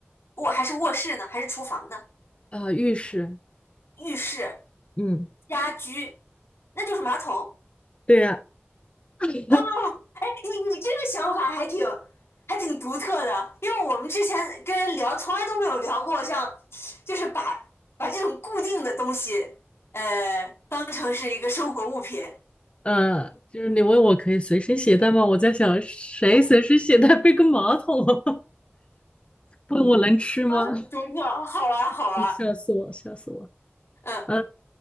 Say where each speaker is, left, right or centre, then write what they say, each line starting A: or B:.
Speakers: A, on the left; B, on the left.
A: 卧还是卧室呢？还是厨房呢？
B: <laughs>，啊，浴室，
A: 浴室、
B: 嗯，
A: 家居，那就是马桶。
B: 对呀、<laughs>
A: 哦，哎，你你这个想法还挺还挺独特的，因为我们之前跟人聊，从来都没有聊过像，就是把把这种固定的东西，呃，当成是一个生活物品。
B: 呃，就是你问我可以随身携带吗？我在想谁随身携带背个马桶啊 <laughs> 问我能吃吗？
A: 啊，很独特，好玩好玩
B: <laughs> 笑死我，笑死我。
A: 嗯
B: 嗯，